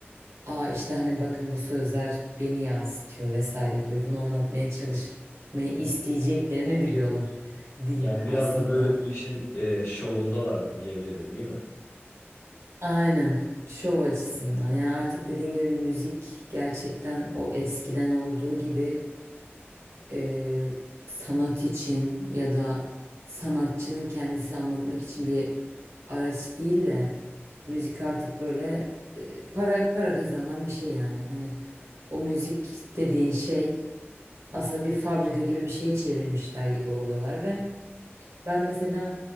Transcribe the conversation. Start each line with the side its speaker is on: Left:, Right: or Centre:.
Right: aa işte hani bakın bu sözler beni yansıtıyor vesaire gibi bunu anlatmaya çalışmayı isteyeceklerini biliyorlar diyeyim
Left: Yani biraz
Right: aslında.
Left: da böyle bu işin e, şovundalar diyebiliriz değil mi?
Right: Aynen. Şov açısından. Yani artık dediğin gibi müzik gerçekten o eskiden olduğu gibi e, sanat için ya da sanatçının kendisini anlatmak için bir araç değil de müzik artık böyle e, para para kazanan bir şey yani. Hani o müzik dediğin şey aslında bir fabrika gibi bir şeye çevirmişler gibi oluyorlar ve ben mesela